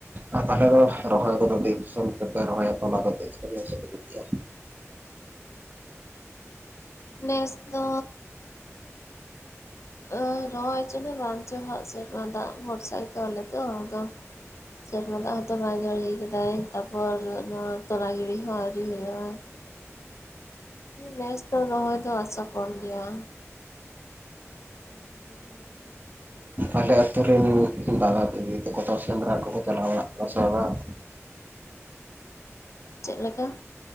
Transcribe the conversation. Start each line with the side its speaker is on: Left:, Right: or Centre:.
Right: ᱟᱨ ᱛᱟᱦᱞᱮ ᱫᱚ ᱨᱚᱦᱚᱭ ᱠᱚᱫᱚ ᱛᱤᱥ ᱠᱷᱚᱱ ᱯᱮ ᱨᱚᱦᱚᱭᱟ ᱛᱚᱞᱟ <unintelligible> <inaudible>
Left: ᱱᱮᱥ ᱫᱚᱻ ᱚ ᱨᱚᱦᱚᱭ ᱡᱚᱝᱮ ᱵᱟᱝ ᱪᱚ ᱦᱟᱸᱜ ᱥᱮᱨᱢᱟ ᱫᱟᱜ ᱵᱚᱨᱥᱟ ᱜᱮ ᱛᱚ ᱟᱞᱮ ᱫᱚ ᱥᱮᱨᱢᱟ ᱫᱟᱜ ᱱᱚᱛᱮ ᱵᱟᱭ ᱡᱟᱹᱲᱤ ᱠᱮᱫᱟᱭ ᱛᱟᱯᱚᱨ ᱱᱚᱣᱟ ᱛᱚᱞᱟ ᱜᱤᱲᱤ ᱦᱚᱸ ᱟᱹᱣᱨᱤ ᱦᱩᱭᱩᱜᱼᱟ᱾ ᱱᱮᱥ ᱫᱚ ᱨᱚᱦᱚᱭ ᱫᱚ ᱟᱥᱟ ᱠᱚᱢ ᱜᱮᱭᱟ᱾ <unintelligible>
Right: ᱟᱞᱮ ᱟᱛᱳ ᱨᱮ ᱫᱟᱫᱟ ᱫᱤᱫᱤ ᱛᱟᱠᱚ ᱥᱮᱸᱫᱽᱨᱟ ᱠᱚᱠᱚ ᱪᱟᱞᱟᱣ ᱵᱟᱲᱟᱜ ᱠᱟᱱᱟ ᱥᱮ ᱵᱟᱝ?
Left: ᱪᱮᱫ ᱞᱮᱠᱟ?